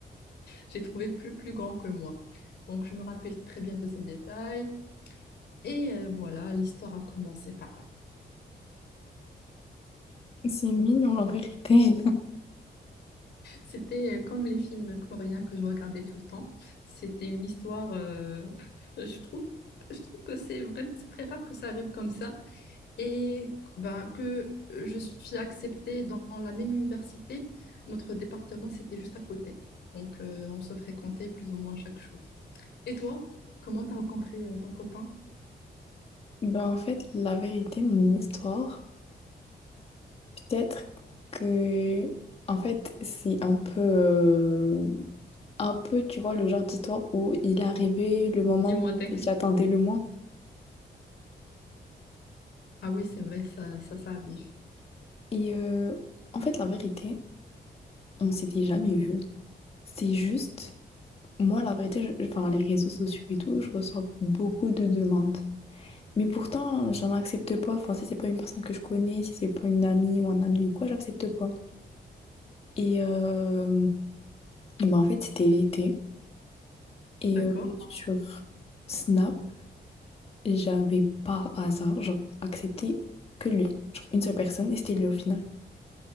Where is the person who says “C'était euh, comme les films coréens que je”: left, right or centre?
Left